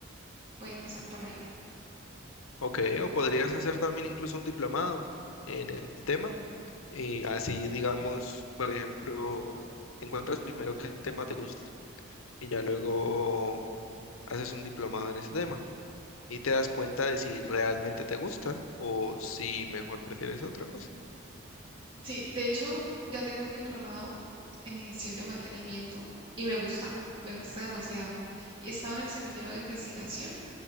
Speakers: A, on the right; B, on the left.
A: Voy a empezar por ahí.
B: Ok, o podrías hacer también incluso un diplomado en el tema y así, digamos, por ejemplo, encuentras primero qué tema te gusta y ya luego haces un diplomado en ese tema y te das cuenta de si realmente te gusta o si mejor prefieres otra cosa.
A: Sí, de hecho, ya tengo un diplomado en gestión de mantenimiento y me gusta, me gusta demasiado. Y estaba en el semillero de investigación,